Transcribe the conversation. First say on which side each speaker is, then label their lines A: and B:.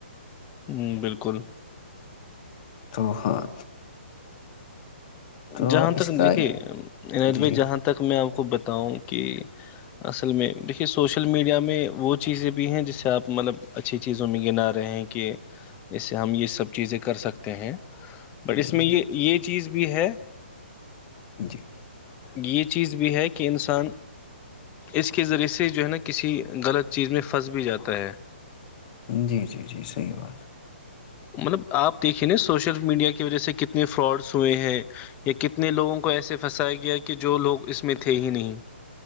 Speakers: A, on the left (about 25°); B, on the left (about 45°).
A: ہوں بالکل
B: تو ہاں تو
A: جہاں تک
B: اس کا
A: دیکھیے
B: جی
A: عیت بھائی
B: جی
A: جہاں تک میں آپ کو بتاؤں کہ اصل میں دیکھیے سوشل میڈیا میں وہ چیزیں بھی ہیں جس سے آپ مطلب اچھی چیزوں میں گنا رہے ہیں کہ اسسے ہم یہ سب چیزیں کر سکتے ہیں بٹ
B: جی
A: اس میں یہ
B: جی
A: یہ چیز بھی ہے
B: جی
A: یہ چیز بھی ہے کہ انسان اس کے ذریعے سے جو ہے نا کسی غلط چیز میں پھنس بھی جاتا ہے
B: جی جی جی صحیح بات
A: مطلب آپ دیکھیں نا سوشل میڈیا کی وجہ سے کتنے فراڈس ہوئے ہیں یا کتنے لوگوں کو ایسے پھنسایا گیا ہے کہ جو لوگ اس میں تھے ہی نہیں